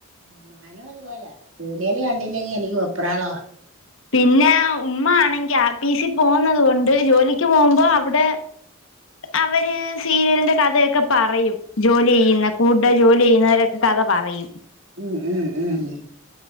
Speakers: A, on the right; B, on the left.
A: ആ ഞാനും അതുപോലെ സീരിയല് കണ്ടില്ലെങ്കി എനിക്ക് വെപ്രാള
B: പിന്നെ ഉമ്മ ആണെങ്കി ആപിസി പോകത്കൊണ്ട് ജോലിക്ക് പോകുമ്പോ അവിടെ അവര് സീരിയലിന്റെ കഥയൊക്കെ പറയും. ജോലി ചെയ്യുന്ന കൂടെ ജോലി ചെയ്യുന്നവരൊക്കെ കഥ പറയും
A: ഉം ഉം ഉം